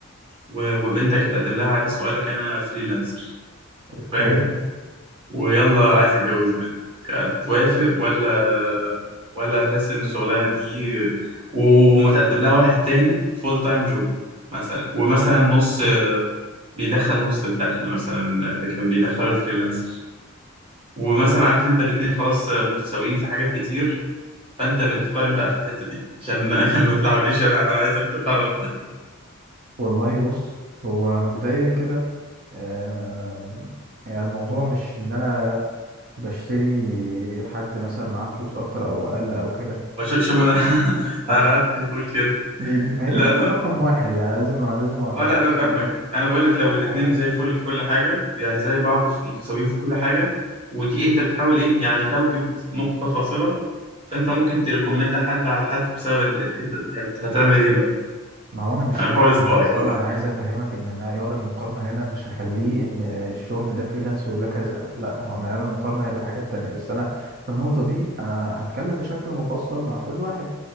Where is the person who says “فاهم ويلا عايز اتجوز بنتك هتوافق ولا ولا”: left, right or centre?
Right